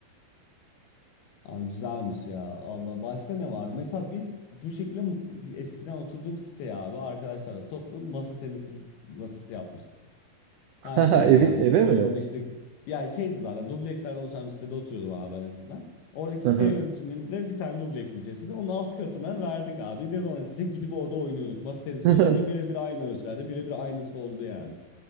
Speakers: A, on the left; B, on the right.
A: Aa, güzelmiş ya. Allah başka ne vardı? Mesela biz bu şekilde m- eskiden oturduğum siteye abi arkadaşlarla toplu masa tenisi masası yapmıştık.
B: <laughs>
A: Her şeyle
B: Evin
A: kendimiz
B: eve
A: boyamıştık.
B: mi?
A: Yani şeydi zaten dublekslerden oluşan bir sitede oturuyordum abi ben eskiden. Oradaki site
B: Aha.
A: yönetiminde bir tane dubleksin içerisinde onun alt katına verdik abi. Ne zaman istesek gidip orada oynuyorduk. Masa tenisi
B: <laughs>
A: oynuyorduk ve birebir aynı ölçülerde birebir aynısı oldu yani.